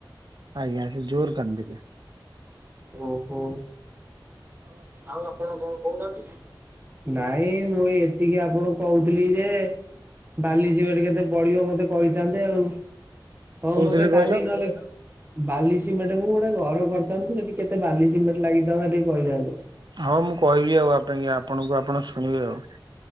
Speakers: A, on the right; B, on the right.
A: ଆଜ୍ଞା ସେ ଜୋର କାନ୍ଦିଲେ।
B: ଓହୋ। ଆଉ ଆପଣ କଣ କହୁନାହାନ୍ତି? ନାଇଁ ମୁଁ ଏ ଏତିକି ଆପଣଙ୍କୁ କହୁଥିଲି ଯେ ବାଲି ସିମେଟ୍ କେତେ ପଡ଼ିବ ମତେ କହିଥାନ୍ତେ ଆଉ ହଁ
A: କୋଉଥିରେ
B: ମତେ
A: କହିଲ?
B: କାଲି ନହେଲେ ବାଲି ସିମେଣ୍ଟ ମୁଁ ଗୋଟେ ଘର କରିଥାନ୍ତୁ ସେଠି କେତେ ବାଲି ସିମେଣ୍ଟ ଲାଗିଥାନ୍ତା ଟିକେ କହିଥାନ୍ତୁ।
A: ହଁ ମୁଁ କହିବି ଆଉ ଆ ପାଇଁ ଆପଣଙ୍କୁ ଆପଣ ଶୁଣିବେ ଆଉ